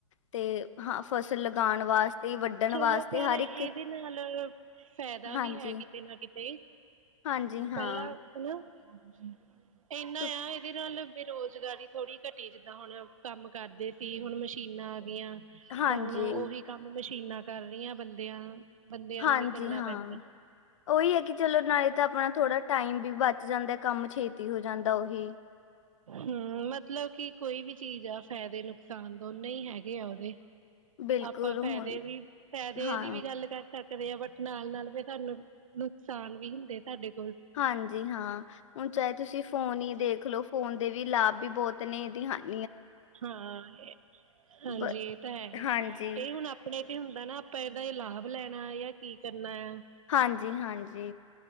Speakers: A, on the left (about 65°); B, on the right (about 80°).
A: ਤੇ ਹਾਂ ਫਸਲ ਲਗਾਉਣ ਵਾਸਤੇ ਵੱਢਣ
B: ਚਲੋ
A: ਵਾਸਤੇ
B: ਪਰ
A: ਹਰ
B: ਇਹਦੇ
A: ਇੱਕ
B: ਨਾਲ ਫਾਇਦਾ
A: ਹਾਂਜੀ
B: ਵੀ ਹੈ ਕਿਤੇ ਨਾ ਕਿਤੇ
A: ਹਾਂਜੀ ਹਾਂ
B: ਪਹਿਲਾਂ ਹਨਾ <inaudible> ਇੰਨਾ
A: ਕਿਉਂ-
B: ਆ ਇਹਦੇ ਨਾਲ ਬੇਰੁਜ਼ਗਾਰੀ ਥੋੜ੍ਹੀ ਘਟੀ ਜਿੱਦਾਂ ਹੁਣ ਕੰਮ ਕਰਦੇ ਸੀ ਹੁਣ ਮਸ਼ੀਨਾਂ ਆ ਗਈਆਂ
A: ਹਾਂਜੀ
B: ਤਾਂ ਹੁਣ ਉਹੀ ਕੰਮ ਮਸ਼ੀਨ ਨਾ ਕਰਿਆ ਰਹੀਆਂ ਬੰਦਿਆਂ ਨੂੰ ਬੰਦਿਆਂ
A: ਹਾਂਜੀ
B: ਵੀ ਕਰਨਾ
A: ਹਾਂ
B: ਪੈਂਦਾ
A: ਉਹੀ ਹੈ ਕਿ ਚਲੋ ਨਾਲੇ ਤਾਂ ਆਪਣਾ ਥੋੜ੍ਹਾ ਟਾਈਮ ਵੀ ਬਚ ਜਾਂਦਾ ਹੈ ਕੰਮ ਛੇਤੀ ਹੋ ਜਾਂਦਾ ਉਹੀ।
B: ਹਮ ਮਤਲਬ ਕਿ ਕੋਈ ਵੀ ਚੀਜ਼ ਆ ਫਾਇਦੇ ਨੁਕਸਾਨ ਦੋਨੇ ਹੀ ਹੈਗੇ ਆ ਉਹਦੇ
A: ਬਿਲਕੁਲ
B: ਆਪਾਂ
A: ਹੁਣ
B: ਫਾਇਦੇ ਵੀ ਫਾਇਦਿਆਂ
A: ਹਾਂ
B: ਦੀ ਵੀ ਗੱਲ ਕਰ ਸਕ- ਦੇ ਆ ਬਟ ਨਾਲ ਨਾਲ ਵੀ ਤੁਹਾਨੂੰ ਨੁਕਸਾਨ ਵੀ ਹੁੰਦੇ ਸਾਡੇ ਕੋਲ
A: ਹਾਂਜੀ ਹਾਂ ਹੁਣ ਚਾਹੇ ਤੁਸੀਂ ਫੋਨ ਹੀ ਦੇਖਲੋ ਫੋਨ ਦੇ ਵੀ ਲਾਭ ਵੀ ਬਹੁਤ ਨੇ ਇਹਦੀ ਹਾਂਜੀ
B: ਹਾਂ ਹਾਂਜੀ
A: ਬ
B: ਇਹ ਤਾਂ ਹੈ
A: ਹਾਂਜੀ
B: ਇਹ ਹੁਣ ਆਪਣੇ ਇਹ ਹੁੰਦਾ ਨਾ ਆਪਾਂ ਇਹਦਾ ਇਹ ਲਾਭ ਲੈਣਾ ਜਾਂ ਕੀ ਕਰਨਾ ਆ
A: ਹਾਂਜੀ ਹਾਂਜੀ